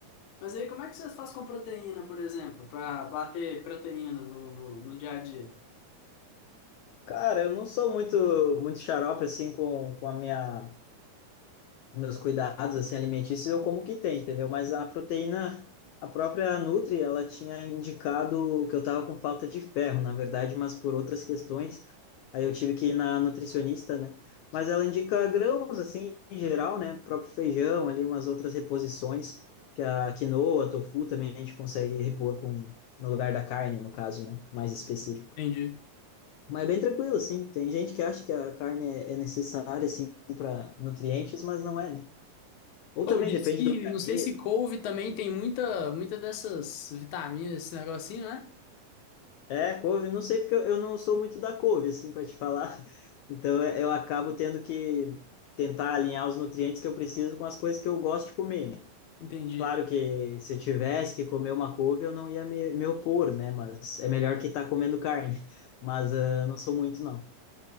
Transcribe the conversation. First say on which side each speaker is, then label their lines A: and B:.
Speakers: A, on the left; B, on the left.
A: Mas aí como é que vocês fazem com proteína, por exemplo, pra bater proteína no, no, no dia a dia?
B: Cara, eu não sou muito, muito xarope, assim, com, com a minha... meus cuidados assim alimentícios eu como o que tem, entendeu? Mas a proteína, a própria Nutri, ela tinha indicado que eu tava com falta de ferro, na verdade, mas por outras questões. Aí eu tive que ir na nutricionista, né? Mas ela indica grãos assim em geral, né? O próprio feijão, ali umas outras reposições que a quinoa, tofu também a gente consegue repor com no lugar da carne, no caso, né? Mais específico.
A: Entendi.
B: Mas é bem tranquilo, assim. Tem gente que acha que a carne é é necessária, assim, para nutrientes, mas não é, né? Ou
A: Ou
B: também
A: disse
B: depende
A: que,
B: do organismo.
A: não sei se couve também tem muita, muita dessas vitaminas, esse negocinho, né?
B: É, couve, não sei porque eu, eu não sou muito da couve, assim, para te falar. <laughs> Então é- eu acabo tendo que tentar alinhar os nutrientes que eu preciso com as coisas que eu gosto de comer, né?
A: Entendi.
B: Claro que se eu tivesse que comer uma couve, eu não ia me, me opor, né? Mas é melhor que estar tá comendo carne. <laughs> Mas ah, não sou muito, não.